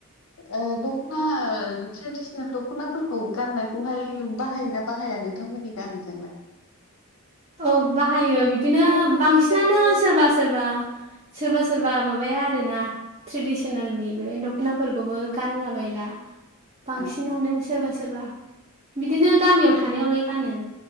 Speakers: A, on the left; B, on the right.
A: ओ दख'ना ओ ट्रेडिसनेल दख'नाफोरखौ गाननायखौहाय बाहायोना बाहाय जाया नोंथांमोननि गामिजोंलाय।
B: औ बाहायो बिदिनो
A: गुबुन
B: बांसिनानो
A: गुबुन जायगायाव
B: सोरबा सोरबा सोरबा सोरबा माबाया आरो ना त्रेदिसेनेलनि बे दख'नाफोरखौबो गानला बला बांसिनानो
A: ओ औ
B: सोरबा सोरबा बिदिनो गामियाव थानायावलाय गानो